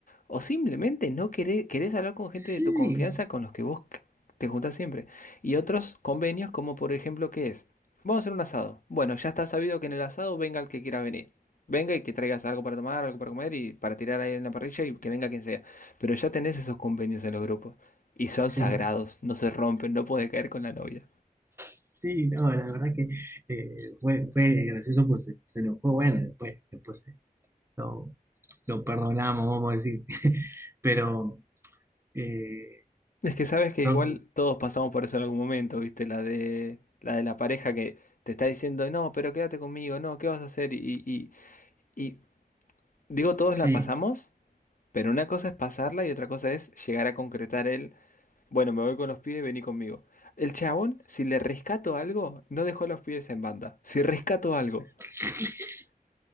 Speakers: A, on the left; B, on the right.
A: o simplemente no querés, querés hablar con gente
B: Sí,
A: de tu confianza con los que vos c- te juntás siempre. Y otros convenios, como por ejemplo, ¿qué es? Vamos a hacer un asado. Bueno, ya está sabido que en el asado venga el que quiera venir. Venga y que traigas algo para tomar, algo para comer y para tirar ahí en la parrilla y que venga quien sea. Pero ya tenés esos convenios en los grupos. Y son
B: sí,
A: sagrados, no se rompen, no puede caer con la novia.
B: sí, no, la verdad que eh, fue, fue gracioso, pues se, se enojó, bueno, después, después eh, lo, lo perdonamos, vamos a decir, <laughs> pero... eh,
A: Es que sabes que
B: Son,
A: igual todos pasamos por eso en algún momento, ¿viste? La de la de la pareja que te está diciendo, no, pero quédate conmigo, no, ¿qué vas a hacer? Y, y, y digo, todos
B: sí,
A: la pasamos, pero una cosa es pasarla y otra cosa es llegar a concretar el, bueno, me voy con los pibes, vení conmigo. El chabón, si le rescato algo, no dejó a los pibes en banda. Si rescato algo,
B: <laughs>